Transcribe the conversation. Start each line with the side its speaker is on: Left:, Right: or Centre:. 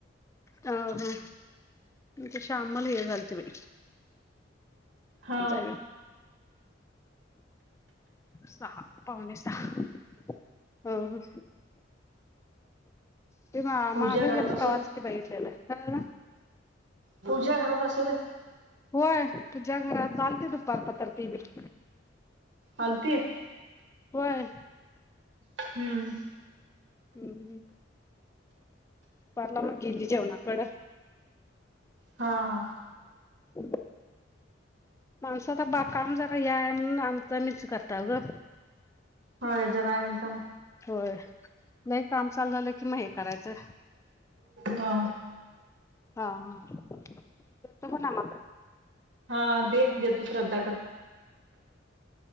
Left: हो. कश आम्हाला हे झालते बा?
Right: हा
Left: जा! सहा पावणे सहा ह. ते म
Right: पूजा
Left: माग घर
Right: घरात असेल
Left: पा वाचकीे बघितलेलं?
Right: पूजा घरात असू र.
Left: होय, पूजा घरात चालते दुपारपत्रती बी.
Right: मलते आहे!
Left: होय!
Right: हम्म.
Left: हम्म, पारला मग गेली जेवणाकडं.
Right: हा, हा.
Left: ह माणसं आता काम जरा हे आहे म्हणून आमच आम्हीच करताव ग.
Right: होय जरा आहे म्हणताना
Left: होय. नाही काम चालू झालं कि मग हे करायचं.
Right: हा
Left: हा ह देतो बग नमाकड.
Right: हा दे. देतो श्रद्धाकड.